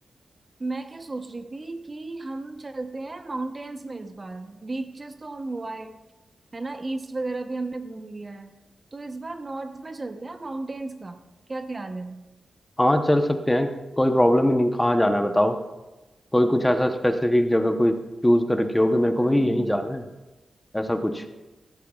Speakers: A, on the right (about 25°); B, on the left (about 15°).
A: मैं क्या सोच रही थी कि हम चलते हैं माउंटेन्स में इस बार बीचेस तो हम हुआ है है ना ईस्ट वगैरह भी हमने घूम लिया है तो इस बार नॉर्थ में चलते हैं माउंटेन्स का क्या ख्याल है
B: हाँ चल सकते हैं कोई प्रॉब्लम ही नहीं कहाँ जाना है बताओ कोई कुछ ऐसा स्पेसिफिक जगह कोई चूज कर रखी हो कि मेरे को
A: हम्म
B: भाई यहीं जाना है ऐसा कुछ